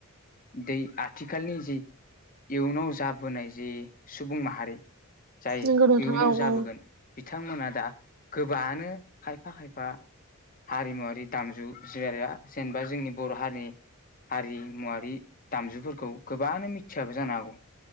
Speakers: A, on the left (about 40°); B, on the right (about 75°).
A: बि आथिखालनि जि इयुनाव जाबोनाय जे सुबुं माहारि जाय
B: नंगौ नोंथां
A: इयुनाव
B: औ
A: जाबोगोन
B: औ
A: बिथांमोना दा गोबाङानो खायफा खायफा हारिमुवारि दामजु <unintelligible> जेनेबा जोंनि बर' हारिनि हारिमुवारि दामजुफोरखौ गोबाङानो मिथियाबो जानो हागौ